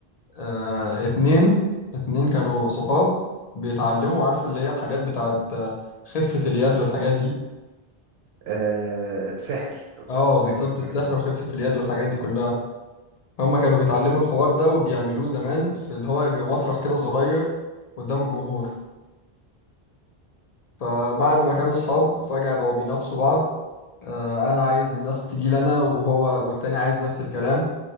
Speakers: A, on the left; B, on the right.
A: آه اتنين اتنين كانوا صحاب بيتعلموا عارف اللي هي الحاجات بتاعت آه، خفة اليد والحاجات دي
B: آه ساحر او
A: اه
B: السحر
A: بالظبط
B: والحاجات
A: السحر
B: دي
A: وخفة اليد والحاجات دي كلها هما كانوا بيتعلموا الحوار ده وبيعملوه زمان في اللي هو بيبقى مسرح كده صغير قدام الجمهور فبعد ما كانوا صحاب فجأة بقوا بينافسوا بعض آه، أنا عايز ناس تجيلي أنا وهو والتاني عايز نفس الكلام